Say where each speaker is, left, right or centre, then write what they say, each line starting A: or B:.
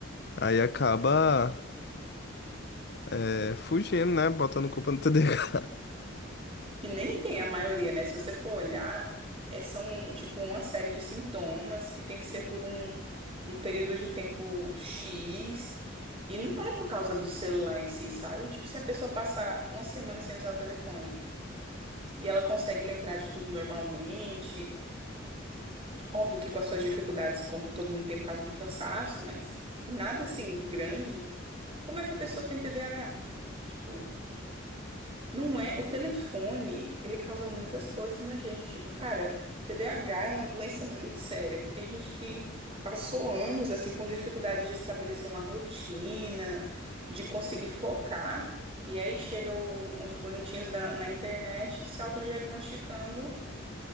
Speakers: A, on the left; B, on the right.
A: Aí acaba é, fugindo, né? Botando culpa no TDAH.
B: E nem tem a maioria, né? Se você for olhar, é, são tipo uma série de sintomas que tem que ser por um, um período de tempo X. E não é por causa do celular em si, sabe? Tipo, se a pessoa passar uma semana sem usar o telefone e ela consegue lembrar de tudo normalmente, óbvio que com as suas dificuldades, como todo mundo tem por causa do cansaço, mas nada assim grande. Como é que a pessoa tem TDAH? Tipo, não é. O telefone, ele causa muitas coisas na gente. Tipo, cara, TDAH é uma doença muito séria, que tem gente que passou anos, assim, com dificuldade de estabelecer uma rotina, de conseguir focar, e aí chega o- uns bonitinhos da- na internet se autodiagnosticando,